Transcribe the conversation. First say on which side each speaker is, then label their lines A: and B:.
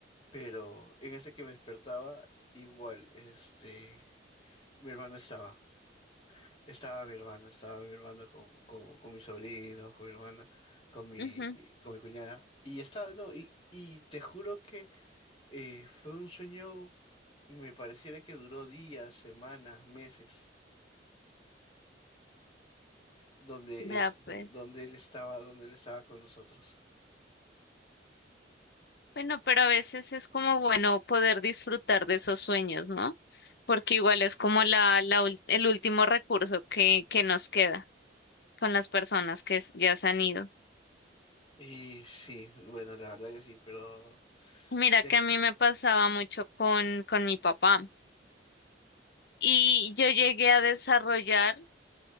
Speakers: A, on the left; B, on the left.
A: pero en ese que me despertaba, igual, este, mi hermano estaba, estaba mi hermano, estaba mi hermano con, con, con mis sobrinos, con mi hermana, con mi,
B: ujú.
A: con mi cuñada, y estaba, no, y, y te juro que eh, fue un sueño, me pareciera que duró días, semanas, meses, donde
B: Vea
A: es, don-
B: pues.
A: donde él estaba, donde él estaba con nosotros.
B: Bueno, pero a veces es como bueno poder disfrutar de esos sueños, ¿no? Porque igual es como la, la, ul- el último recurso que, que nos queda con las personas que s- ya se han ido.
A: Y sí, bueno, la verdad que sí, pero
B: Mira
A: te-
B: que a mí me pasaba mucho con, con mi papá y yo llegué a desarrollar